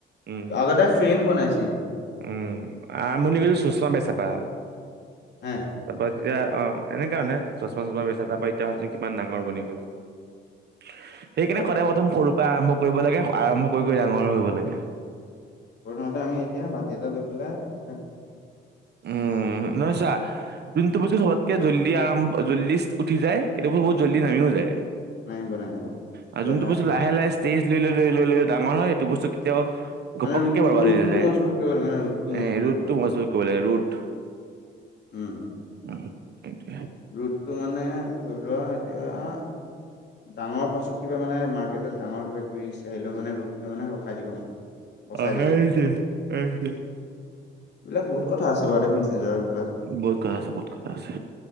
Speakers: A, on the right; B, on the left.
A: উম
B: আগতে ফ্ৰেম বনাইছিল
A: উম আৰম্ভণি কৰিছিল চছমা বেচাৰ পৰা
B: হে
A: তাৰপৰা এতিয়া অ', এনে কাৰণে চশমা চশমা বেছা তাৰপৰা এতিয়া ভাবচোন কিমান ডাঙৰ বনি গ'ল সেইকাৰণে
B: বা
A: সদায় প্ৰথম সৰুৰ পৰা আৰম্ভ কৰিব লাগে আৰম্ভ কৰি কৰি ডাঙৰ হব লাগে
B: প্ৰথমতে আমি এতিয়া বাতি এটা লৈ পেলাই তাক
A: উম নহয় ছা যোনটো বস্তু চবতকে জল্দি আৰম জল্দি উঠি যায় সেইটো বস্তু বহুত জল্দি নামিও যায়
B: নামিব নামিব। এতিয়া
A: আৰু যোনটো বস্তু লাহে লাহে ষ্টেজ লৈ লৈ লৈ লৈ লৈ ডাঙৰ হয় সেইটো বস্তু কেতিয়াও
B: মানে
A: ঘপকে
B: ৰুটটো
A: বৰবাদ
B: ৰুটটো
A: হয় যায়,
B: মজবুত কৰিব লাগে ৰুটটো মজবুত
A: এ ৰুটটো
B: কৰিব লাগে।
A: মজবুত কৰিব লাগে ৰুট
B: উম
A: উম সেইটোয়ে
B: ৰুতটো মানে ধৰি লোৱা এতিয়া ডাঙৰ পাছত কিবা মান মাৰ্কেটত ডাঙৰ কিবা কিবি ৰিক্স আহিলেও মানে ৰুতটোৱে মানে ৰখাই দিব মানে। বচাই
A: অ',
B: দিব।
A: সেইটোৱেই সেইটোৱেই
B: এইবিলাক বহুত কথা আছে বাৰুতে বিজনেছৰ এইবিলাক
A: বহুত কথা আছে বহুত কথা আছে।